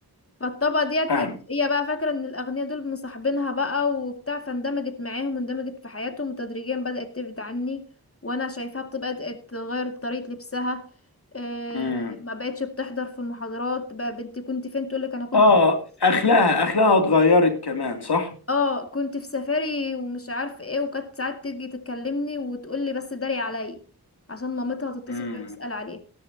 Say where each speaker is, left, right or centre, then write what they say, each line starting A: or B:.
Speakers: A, on the left; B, on the left.
A: فالطبقة ديت
B: فاهم
A: هي هي بقى فاكرة ان الأغنياء دول مصاحبينها بقى وبتاع فاندمجت معاهم واندمجت في حياتهم وتدريجيا بدأت تبعد عني وانا شايفاها بت- بدأت تغير طريقة لبسها إيه
B: امم
A: ما بقتش بتحضر في المحاضرات بقى بنتي كنت فين تقولك انا كنت
B: اه اخلاقها
A: سافرت
B: اخلاقها اتغيرت كمان صح
A: اه كنت في سفاري ومش عارف ايه وكانت ساعات تيجي تكلمني وتقولي بس داري عليا عشان مامتها تتصل
B: امم
A: بيها تسأل عليه